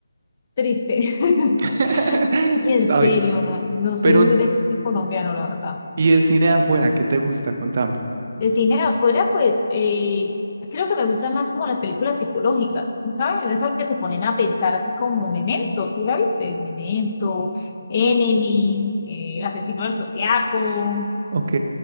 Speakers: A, on the left (about 30°); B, on the right (about 35°).
A: triste. <laughs>
B: <laughs>
A: Sí, en
B: Está
A: serio,
B: bien.
A: no, no soy
B: Pero,
A: muy de cine colombiano, la verdad.
B: ¿y el cine de afuera? ¿Qué te gusta? Contame.
A: De cine de afuera, pues eh, creo que me gustan más como las películas psicológicas, ¿no ¿sabes? Esas que te ponen a pensar, así como Memento, ¿tú la viste? Memento, Enemy, eh, Asesino del Zodiaco,
B: Ok.